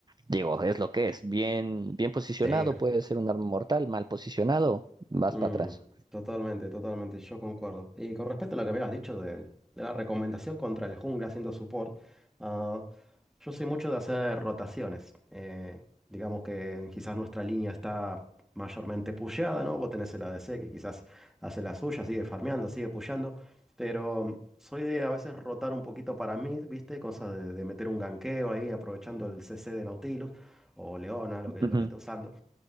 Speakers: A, on the right; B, in the centre.
A: digo, es lo que es. Bien, bien posicionado,
B: Sí.
A: puede ser un arma mortal, mal posicionado, vas
B: Mm,
A: para atrás.
B: totalmente, totalmente, yo concuerdo. Y con respecto a lo que me habías dicho de, de la recomendación contra el jungla haciendo support, ah, yo soy mucho de hacer rotaciones. Eh, digamos que quizás nuestra línea está mayormente pusheada, ¿no? Vos tenés el ADC que quizás hace la suya, sigue farmeando, sigue pusheando, pero mm, soy de a veces rotar un poquito para mí, ¿viste? Cosa de, de meter un ganqueo ahí aprovechando el CC de Nautilus o Leona, lo que,
A: Ujú.
B: lo que esté usando.